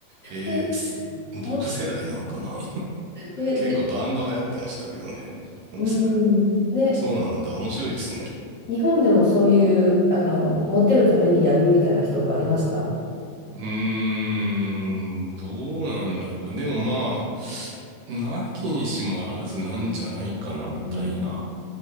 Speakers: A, on the right; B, on the left.
A: ええす僕世代なのかな。
B: で、も、
A: <laughs>
B: で、
A: 結構バンド流行ってましたけどね、
B: で、
A: 僕の世代。
B: うん。で、
A: そうなんだ。
B: え
A: 面白いですね。
B: 日本でもそういう、あの、モテるためにやるみたいな人はありました
A: うーん、どうなんだろう。でもまあ、なきにしもあらずなんじゃないかな、みたいな。
B: うん、